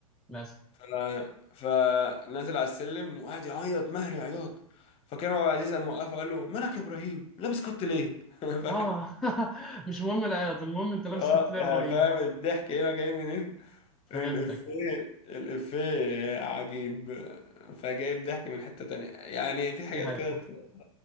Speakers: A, in the centre; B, on the left.
A: مثلا
B: ف... فنازل على السلم وقعد يعيط مهري عياط فكريم عبد العزيز قام وقفه وقال له مالك يا ابراهيم لابس كات ليه <laughs> ف...
A: اه <laughs> مش مهم العياط المهم انت لابس
B: اه
A: كابتن يا
B: يعني
A: ابراهيم
B: فاهم الضحك هنا جاي منين
A: فهمتك
B: الإفيه الإفيه عجيب فجايب ضحك من حتة تانية يعني في حاجات
A: دي حقيقة
B: كده